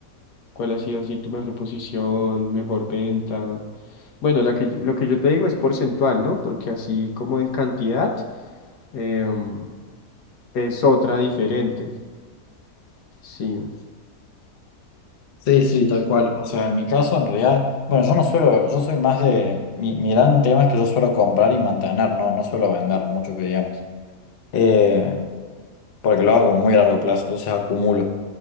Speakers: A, on the left; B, on the left.
A: cuál ha sido así tu mejor posición, mejor venta? Bueno, la que, yo- lo que yo te digo es porcentual, ¿no? Porque así como en cantidad em, es otra diferente. Sí,
B: Sí, sí,
A: sí.
B: tal
A: sí.
B: cual. O sea, en mi caso, en realidad, bueno, yo no suelo, yo soy más de, mi, mi gran tema es que yo suelo comprar y mantener, no, no suelo vender mucho que digamos. Eh, porque lo hago como muy a largo plazo, entonces acumulo.